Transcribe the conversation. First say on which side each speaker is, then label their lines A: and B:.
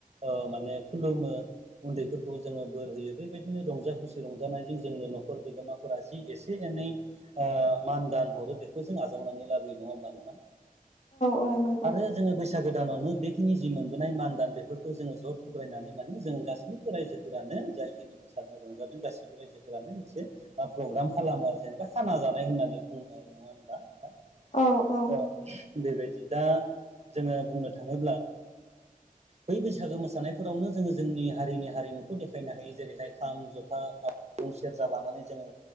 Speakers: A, on the right (about 45°); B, on the left (about 50°).
A: ओ माने खुलुमो उन्दैफोरखौ जोङो बोर होयो बेबाय दिनो रंजा खुसि रंजानायजों जोंनो न'खर बिगोमाफोरा जि एसे एनै ओ मान दान हर हरो बेखौ जों आजावनानै लाबोयो नङा होमबा नोंथां
B: औ नंगौ
A: आरो जोङो बैसागो दानावनो बे खिनि जि मोनबोनाय मान दान बेफोरखौ जोङो ज' थुब्रायनानै माने जों गासैबो रायजो फोरानो जायखिनि मोसादों रंजादों गासिबो रायजोफोरानो मोनसे प्रग्राम खालामो आरो जेनबा खाना जानाय होननानै बुङो आरो नङा होनबा नोंथां
B: औ औ
A: ओ बेबायदि दा जोङो बुंनो थाङोब्ला बै बैसागो मोसानायफोरावनो जोङो जोंनि हारिनि हारिमु खौ देखायनो हायो जेरैहाय खाम जथा बुं सेरजा लानानै जोङो